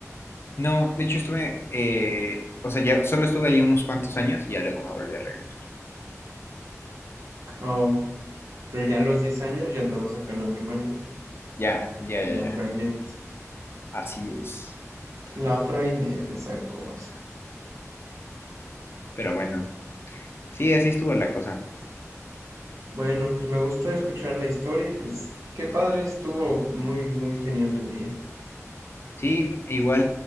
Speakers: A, on the left; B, on the right.
A: No, de hecho estuve, eh, o sea, ya solo estuve ahí unos cuantos años y ya luego me volví a regresar.
B: Oh. Pero ya a los 10 años ya andabas acá en la primaria, en
A: Ya, ya, ya,
B: en
A: ya.
B: la Frainet.
A: Así es.
B: La Frainet, esa cosa.
A: Pero bueno, sí, así estuvo la cosa.
B: Bueno, pues me gustó escuchar la historia y pues qué padre, estuvo muy, muy genial tu día.
A: Sí, e igual,